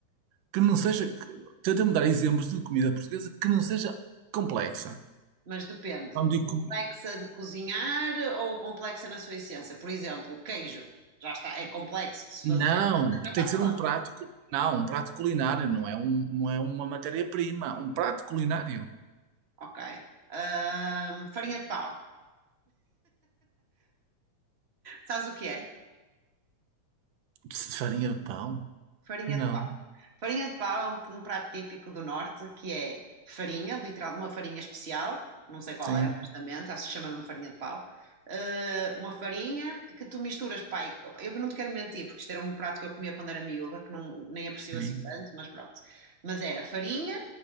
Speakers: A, on the right; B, on the right.
A: que não seja, que- tenta-me dar exemplos de comida portuguesa que não seja complexa.
B: mas depende.
A: Quando digo,
B: Complexa
A: com-
B: de cozinhar ou complexa na sua essência? Por exemplo, queijo, já está, é complexo de se
A: não,
B: fazer, mas já está
A: tem que
B: pronto.
A: ser um prato, cu- não, um prato culinário, não é um, não é uma matéria-prima, um prato culinário.
B: Ok. Ahm, farinha de pau, sabes o que é?
A: De Farinha de pão?
B: Farinha
A: Não.
B: de Farinha de pau é um, um prato típico do norte que é farinha, literal, uma farinha especial, não sei qual
A: Sim,
B: é, honestamente, acho que chama mesmo farinha de pau. Uh, uma farinha que tu misturas, pai. Eu não te quero mentir, porque isto era um prato que eu comia quando era miúda, que não, nem aprecio
A: sim,
B: assim tanto, mas pronto. Mas era farinha